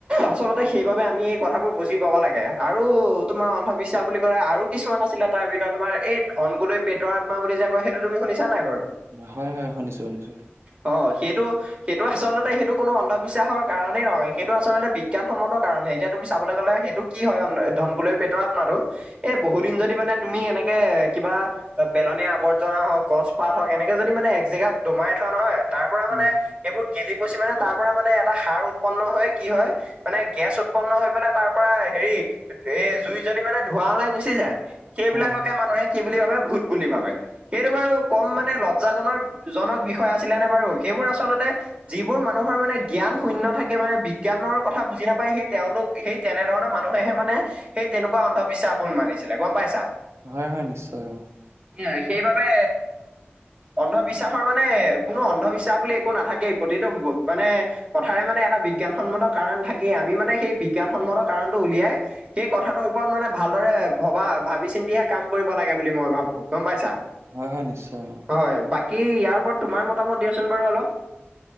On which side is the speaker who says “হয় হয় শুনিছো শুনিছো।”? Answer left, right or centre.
Right